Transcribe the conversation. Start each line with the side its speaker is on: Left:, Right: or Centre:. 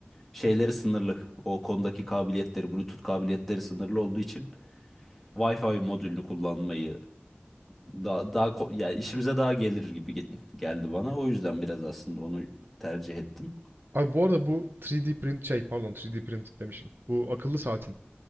Centre: şeyleri sınırlı. O konudaki kabiliyetleri, Bluetooth kabiliyetleri sınırlı olduğu için Wi-Fi modülünü kullanmayı daha daha ko- yani işimize daha gelir gibi ge- geldi bana. O yüzden biraz aslında onu tercih ettim.
Right: Abi bu arada bu 3D print şey pardon 3D print demişim. Bu akıllı saatin